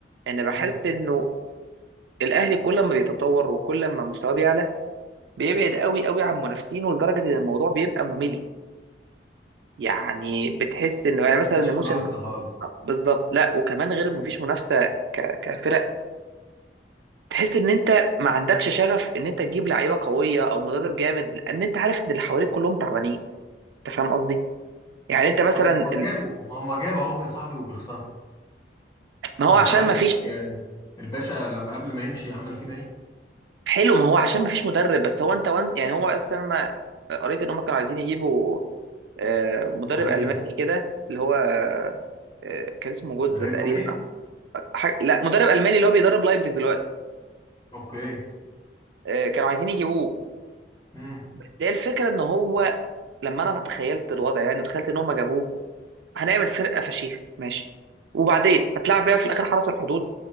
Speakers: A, on the right; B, on the left.
A: ان بحس
B: مم.
A: انه الاهلي كل ما بيتطور وكل ما مستواه بيعلى بيبعد قوي قوي عن منافسينه لدرجه ان الموضوع بيبقى ممل يعني بتحس انه يعني مثلا
B: مفيش
A: الموسم
B: منافسة خالص
A: بالظبط لا وكمان غير ما
B: مم.
A: فيش منافسه ك- كفرق تحس ان انت ما عندكش شغف ان انت تجيب لعيبه قويه او مدرب جامد لان انت عارف ان اللي حواليك كلهم تعبانين انت فاهم قصدي يعني انت مثلا
B: طب ما جابوا ما هم جابوا اهم يا صاحبي وبيخسروا
A: ما هو
B: وانت
A: عشان
B: عاجبك
A: ما فيش
B: آه، الباشا لما قبل ما يمشي عمل فينا ايه؟
A: حلو ما هو عشان ما فيش مدرب بس هو انت وان يعني هو اصلا انا قريت ان هم كانوا عايزين يجيبوا آه، مدرب
B: جوميز
A: الماني كده اللي هو آه، كان اسمه جوتزا
B: ده غير
A: تقريبا
B: جوميز؟
A: أو حاجة لا مدرب الماني اللي هو بيدرب لايبزيج دلوقتي
B: اوكي
A: آه، كانوا عايزين يجيبوه
B: مم.
A: بس هي الفكره ان هو لما انا تخيلت الوضع يعني تخيلت ان هم جابوه هنعمل فرقه فشيخ ماشي وبعدين هتلعب بيها في الاخر حرس الحدود